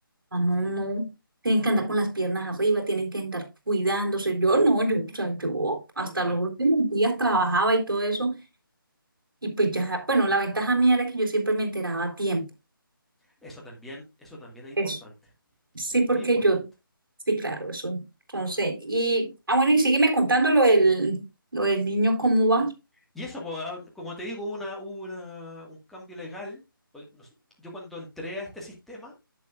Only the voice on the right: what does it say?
Ah, no,
no. Tienen que andar con las piernas arriba, tienen que andar cuidándose. Yo no, yo, o sea, yo hasta
los últimos días trabajaba y todo eso. Y pues ya, bueno, la ventaja mía era que yo siempre me enteraba a tiempo.
Eso. Sí,
porque
yo, sí, claro, eso. Entonces, y, ah, bueno, y sígueme contando lo del, lo del niño, ¿cómo va?